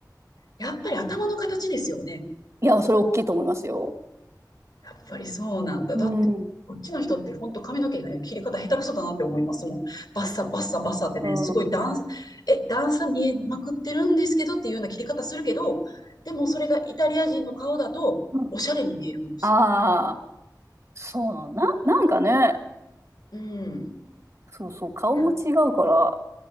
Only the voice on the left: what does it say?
やっぱり頭の形ですよね。
やっぱりそうなんだ。
だって、こっちの人って本当髪の毛の切り方下手くそだなって思いますもん。バッサバッサバッサってね、
すごい段差、え、段差見えまくってるんですけどっていうような切り方するけど、でもそれがイタリア人の顔だとおしゃれに見えるんです。
うん。
いや